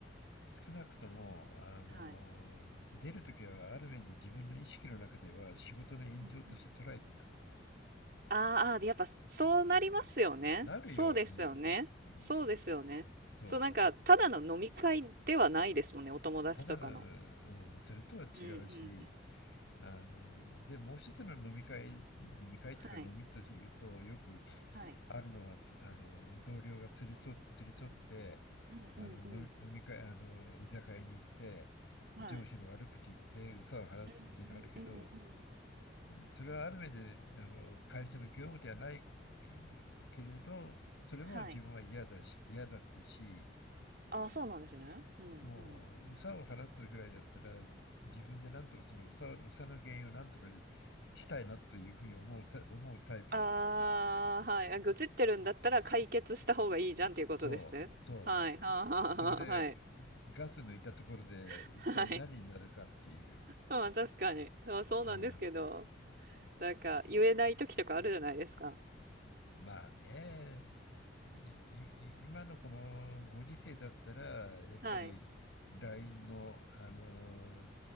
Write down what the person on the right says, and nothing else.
はい。
うんうんあーあー、あで、やっぱそうなりますよね。
そうですよね。
そうですよね。
そう、なんか、ただの飲み会ではないですもんね、お友達とかの。
うんうんうん。
はい、
はい。
うんうんうん。
はい。
うんうんうんうん。
はい。
ああ、そうなんですね。うんうん。
ああ、はい。あ、愚痴ってるんだったら解決した方がいいじゃんっていうことですね。
はい。はあはあはあ、
はい。
<laughs> はい。まあ、確かに。まあ、そうなんですけど、
なんか言えない時とかあるじゃないですか。
はい。